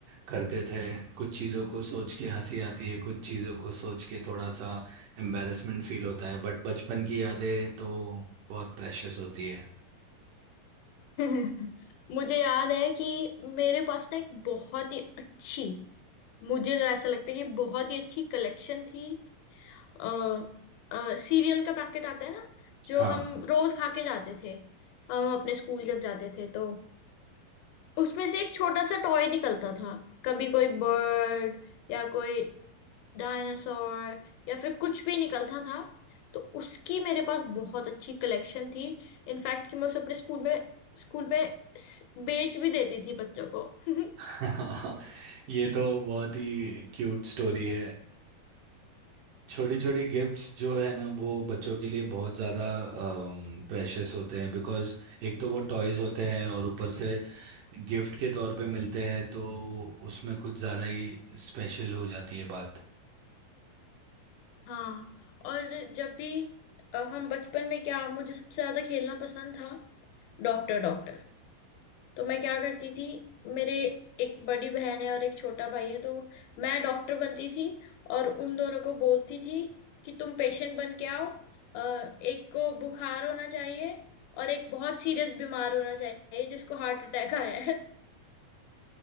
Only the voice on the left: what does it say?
<laughs> मुझे याद है कि मेरे पास ना एक बहुत ही अच्छी मुझे तो ऐसा लगता है कि बहुत ही अच्छी कलेक्शन थी अ सीरियल का पैकेट आता है ना जो
हम रोज खा के जाते थे हम अपने स्कूल जब जाते थे तो उसमें से एक छोटा सा टॉय निकलता था कभी कोई बर्ड या कोई डायनासोर या फिर कुछ भी निकलता था तो उसकी मेरे पास बहुत अच्छी कलेक्शन थी इनफैक्ट कि मैं उसे अपने स्कूल में स्कूल में स- बेच भी देती थी बच्चों को <laughs>
हाँ और जब भी अ, हम बचपन में क्या मुझे सबसे ज्यादा खेलना पसंद था Doctor doctor तो मैं क्या करती थी मेरे एक बड़ी बहन है और एक छोटा भाई है तो मैं डॉक्टर बनती थी और उन दोनों को बोलती थी कि तुम पेशेंट बन के आओ अ, एक को बुखार होना चाहिए और एक बहुत सीरियस बीमार होना चाहिए जिसको हार्ट अटैक आया है